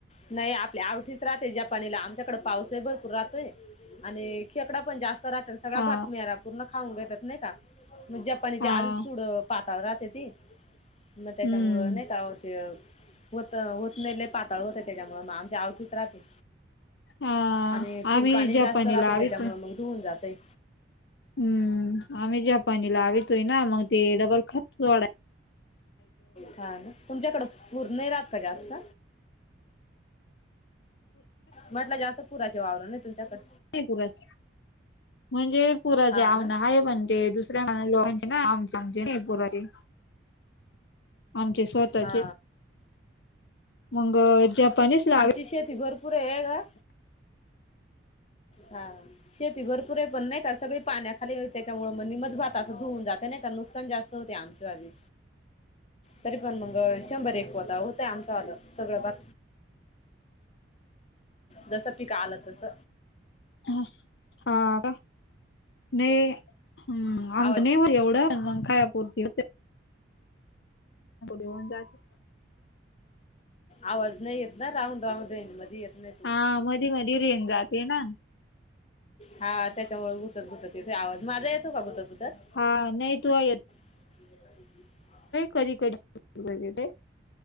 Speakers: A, on the left; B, on the left.
A: नाही आपल्या आवटीच राहते जपानीला आमच्या इकड पाऊस लय भरपूर राहतोय आणि खेकडा पण जास्त राहतेन सगळा
B: हा
A: भात मेला पूर्ण खाऊन घेतात नाही का मग जपानीची
B: हा
A: आजच चुड पाताळ राहते ती. मग त्याच्यामुळं
B: हम्म
A: नाही का हो ते होत होत नाही लइ पातळ होत त्याच्यामुळे मग आमच्या आवठीत राहते.
B: हा
A: आणि पूर
B: आम्ही
A: पाणी
B: जपानी
A: जास्त राहतय
B: लावितो
A: त्याच्यामुळे मग धुऊून जातय.
B: हम्म आम्ही जपानी लावितोय ना मग ते डबल खत सोडाय
A: हा ना तुमच्याकडं पुर नाही राहात का जास्त? म्हटलं जास्त पुराचे वावर नाही तुमच्याकड.
B: पुराच, म्हणजे पुराचे
A: हा
B: अवन
A: ना
B: आहे पण ते दुस दुसऱ्या लोकाचे ना आमची नाय पुराची. आमचे स्वतःचे
A: हा
B: मग जपानीच लावी
A: ची शेती भरपूर आहे का ग! शेती भरपूरे पण नाही का सगळी पाण्याखाली त्याच्यामुळे म निम्म भात असं धुऊन जाते नाही का नुकसान जास्त होते आमच्या आदी. तरी पण मग शंभर एक पोत होतय आमचं आलं सगळं भात. जस पिक आलं तस
B: ह हा का नाही हम्म आमचं
A: आवाज
B: नाही हो एवढं मग खायापुरती धुऊन जात.
A: आवाज नाही येत ना राहून राहून रेंज मध्ये. येत नाही तू
B: हा मधी मधी रेंज जाते ना.
A: हा त्याच्यामुळे गुतत गुतत येतोय आवाज. माझा येतोय का गुतत गुतत?
B: हा नाही तू येत
A: ह
B: कधी कधीेत